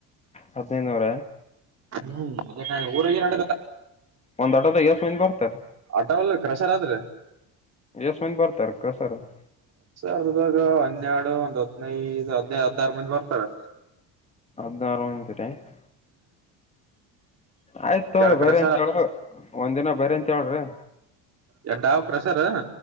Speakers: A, on the left; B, on the right.
A: ಹದಿನೈನೂರ
B: ಹ್ಮ್ ಮದೆ ಊರ ನ <unintelligible>
A: ಒಂದ್ ಅಡದ ಎಸ್ ಮಂದ ಬರ್ತಾರೆ
B: ಆಟಲ್ಲ ಕ್ರಷರ ಆದ್ರೆ
A: ಎಷ್ಟ ಒಂದ ಬರ್ತಾರೆ <unintelligible>
B: ಅರ್ದಾಗ ಹನ್ನೆರಡು ಒಂದ್ ಹದ್ನೈದು ಹದ್ಿನೈದು ಹದ್ಾರ ಮಂದ ಬರ್ತಾರೆ
A: ಅರ್ಧ <unintelligible> ಆಯ್ತು ತವ್ರಿ
B: ಎರಡ್
A: ಬರಿ
B: ಕ್ರಷರ್
A: ಅಂತತ್ ಹೇಳ ಒಂದ ದಿನ ಬರಿ ಅಂತ ಹೇಳ್ರಿ
B: ಯ ಡಾವ ಕ್ರಸರ್